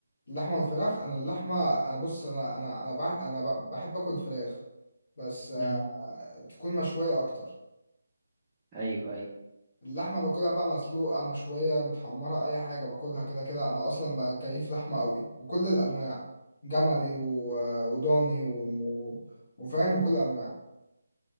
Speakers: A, on the left; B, on the right.
A: اللحمه والفراخ انا اللحمه انا بص انا انا انا بع... انا ب- بحب اكل الفراخ بس آه،
B: امم
A: تكون مشويه اكتر
B: ايوه ايوه
A: اللحمه باكلها بقى مسلوقه مشويه متحمره اي حاجه باكلها كده كده انا اصلا بقى كيف لحمه قوي وكل الانواع جملي و... آه، وضاني و... وفاهم وكل الانواع